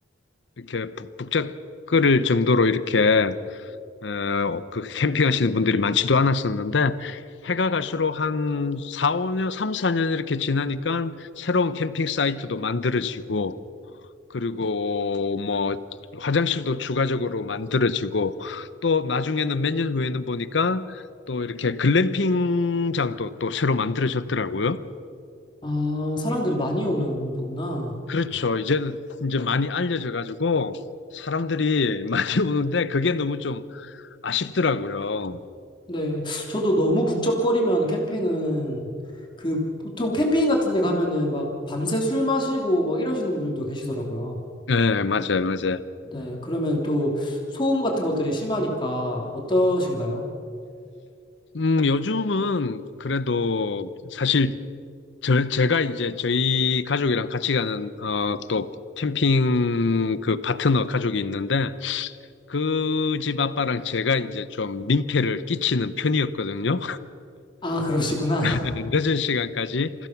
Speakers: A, on the left; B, on the left.
A: 이렇게 북- 북적거릴 정도로 이렇게, 어, 그 캠핑하시는 분들이 많지도 않았었는데, 해가 갈수록 한 4, 5년, 3, 4년 이렇게 지나니까 새로운 캠핑 사이트도 만들어지고, 그리고 뭐 화장실도 추가적으로 만들어지고 또 나중에는 몇 년 후에는 보니까 또 이렇게 글램핑장도 또 새로 만들어졌더라고요.
B: 아, 사람들이 많이 오는 거구나.
A: 그렇죠. 이제는 이제 많이 알려져 가지고 사람들이 <laughs> 많이 오는데 그게 너무 좀 아쉽더라고요.
B: 네. 저도 너무 북적거리면 캠핑은 그 보통 캠핑 같은 데 가면은 막 밤새 술 마시고 막 이러시는 분들도 계시더라고요.
A: 예, 맞아요, 맞아요.
B: 네, 그러면 또 소음 같은 것들이 심하니까 어떠신가요?
A: 음, 요즘은 그래도 사실 저- 제가 이제 저희 가족이랑 같이 가는 어, 또 캠핑 그 파트너 가족이 있는데 그 집 아빠랑 제가 이제 좀 민폐를 끼치는 편이었거든요.
B: 아, 그러시구나.
A: <laughs>
B: <laughs>
A: 늦은 시간까지